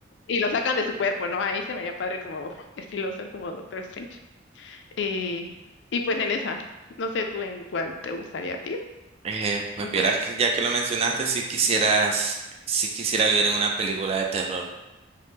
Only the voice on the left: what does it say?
Y lo sacan de su cuerpo, ¿no? Ahí se me haría padre como estilo ser como Doctor Strange. Y, y pues en esa, no sé tú en cuál te gustaría a ti.
Una